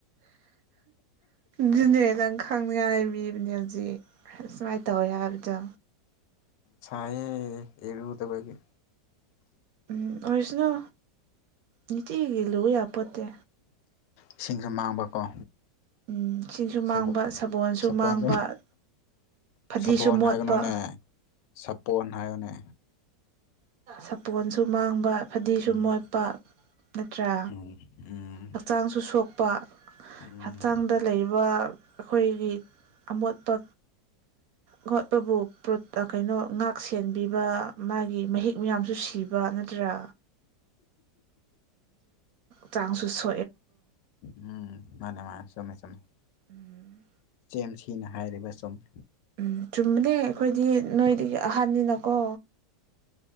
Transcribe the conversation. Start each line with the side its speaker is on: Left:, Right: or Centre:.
Right: ꯗꯨ ꯅꯦ ꯈꯥꯡꯅꯤꯉꯥꯏ ꯍꯥꯏꯕꯤꯕꯅꯦ ꯍꯧꯖꯤꯛ ꯁꯨꯃꯥꯏ ꯇꯧꯋꯦ ꯍꯥꯏꯕꯗꯣ
Left: ꯁꯌꯦ ꯏꯔꯨꯗꯕꯥꯒꯤ
Right: ꯎꯝ ꯑꯣꯔꯁꯅꯣ ꯅꯤꯇꯤꯒꯤ ꯂꯨ ꯌꯥꯄꯣꯠꯇꯦ
Left: ꯏꯁꯤꯡꯁꯨ ꯃꯥꯡꯕꯀꯣ
Right: ꯎꯝ ꯁꯤꯡꯁꯨ ꯃꯥꯡꯕ
Left: ꯆꯕꯨꯛ
Right: ꯁꯥꯕꯣꯟꯁꯨ
Left: ꯆꯄꯣꯟ
Right: ꯃꯥꯡꯕ ꯐꯗꯤꯁꯨ
Left: ꯁꯄꯣꯅ
Right: ꯃꯣꯠꯄ
Left: ꯍꯥꯏꯒꯅꯣꯅꯦ ꯁꯄꯣꯅ ꯍꯥꯏꯌꯣꯅꯦ
Right: ꯁꯥꯄꯣꯟꯁꯨ ꯃꯥꯡꯕ ꯐꯗꯤꯁꯨ
Left: ꯎꯝ
Right: ꯃꯣꯠꯄ ꯅꯠꯇ꯭ꯔꯥ
Left: ꯎꯝ ꯎꯝ
Right: ꯍꯛꯆꯥꯡꯁꯨ ꯁꯣꯛꯄ
Left: ꯎꯝ
Right: ꯍꯛꯆꯥꯡꯗ ꯂꯩꯕ ꯑꯩꯈꯣꯏꯒꯤ ꯑꯃꯣꯠꯄ ꯈꯣꯠꯄꯕꯨ ꯀꯩꯅꯣ ꯉꯥꯛ ꯁꯦꯟꯕꯤꯕ ꯃꯥꯒꯤ ꯃꯍꯤꯛ ꯃꯌꯥꯝꯁꯨ ꯁꯤꯕ ꯅꯠꯇ꯭ꯔꯥ ꯆꯥꯡꯁꯨꯁꯛ
Left: ꯎꯝ ꯃꯥꯅꯦ ꯃꯥꯅꯦ ꯆꯨꯝꯃꯦ ꯆꯨꯞꯃꯦ
Right: ꯎꯝ
Left: ꯆꯦꯝ ꯁꯤꯅ ꯍꯥꯏꯔꯤꯕ ꯆꯨꯝꯃꯤ
Right: ꯎꯝ ꯆꯨꯝꯕꯅꯦ ꯑꯩꯈꯣꯏꯗꯤ ꯅꯣꯏꯗꯒꯤ ꯑꯍꯥꯟꯕꯅꯤꯅꯀꯣ